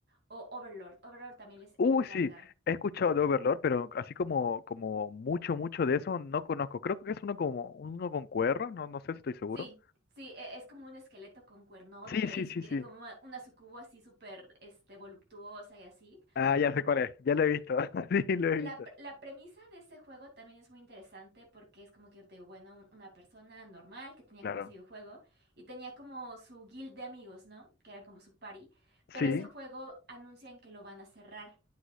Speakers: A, on the right; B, on the left.
A: o Overlord. Overlord también les
B: Uy,
A: encanta.
B: sí, he escuchado de Overlord, pero así como, como mucho, mucho de eso no conozco. Creo que es uno como uno con cuernos, no, no sé si estoy seguro.
A: Sí, sí, e- es como un esqueleto con cuernotes
B: Sí, sí, sí,
A: y tiene
B: sí.
A: como una, una sucubo así súper, este, voluptuosa y así.
B: Ah, ya sé cuál es, ya lo he visto. <laughs> Sí, lo he
A: La,
B: visto.
A: pre- la premisa de ese juego también es muy interesante porque es como que, te digo, bueno, un- una persona normal que tenía
B: Claro.
A: como ese videojuego y tenía como su guild de amigos, ¿no? Que era como su party, pero
B: Sí.
A: ese juego anuncian que lo van a cerrar.